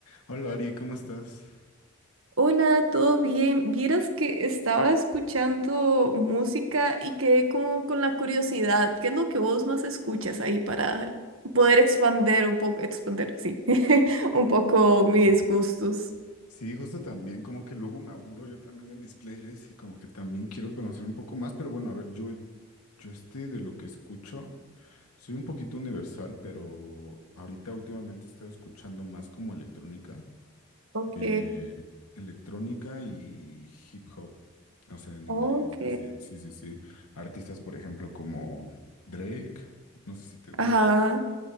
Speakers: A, on the left (about 80°); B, on the right (about 65°).
A: Hola Ari, ¿cómo estás?
B: Hola, ¿todo bien? Vieras que estaba escuchando música y quedé como con la curiosidad. ¿Qué es lo que vos más escuchas ahí para poder expander un poco, expander, sí, <laughs> un
A: <laughs>
B: poco mis
A: Mm.
B: gustos?
A: Sí, justo también, como que luego me aburro yo también de mis playlists y como que también quiero conocer un poco más, pero bueno, a ver, yo, yo este de lo que escucho, soy un poquito universal, pero ahorita últimamente he estado escuchando más como electrónica,
B: Ok,
A: eh, electrónica y hip hop, o sea, en
B: ok.
A: inglés, eh, sí, sí, sí, sí. Artistas, por ejemplo, como Drake, no sé si te gusta,
B: Ajá.